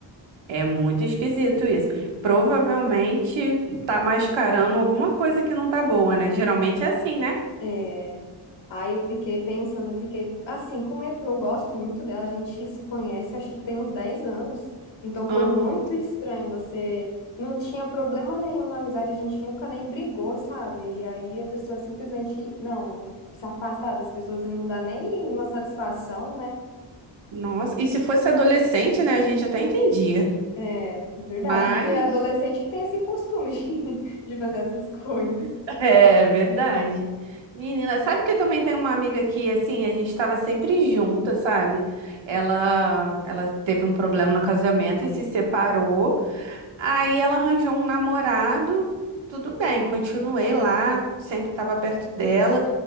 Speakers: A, on the right (about 80°); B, on the left (about 75°).
A: é muito esquisito isso. Provavelmente tá mascarando alguma coisa que não tá boa, né? Geralmente é assim, né?
B: É, Aí eu fiquei pensando, eu fiquei assim, com medo, porque eu gosto muito dela, a gente se conhece, acho que tem uns 10 anos. Então foi
A: Aham.
B: muito estranho, você não tinha problema nenhum na amizade, a gente nunca nem brigou, sabe? E aí a pessoa simplesmente, não, se afastar das pessoas e não dá nem uma satisfação, né?
A: Nossa, e se fosse adolescente, né, a gente até entendia.
B: É, é verdade,
A: Mas
B: que é adolescente que tem esse costume de, <laughs> de fazer essas coisas.
A: <laughs> é verdade. Menina, sabe que também tem uma amiga que assim, a gente estava sempre junta, sabe? Ela ela teve um problema no casamento e se separou. Aí ela arranjou um namorado. Tudo bem, continuei lá, sempre estava perto dela.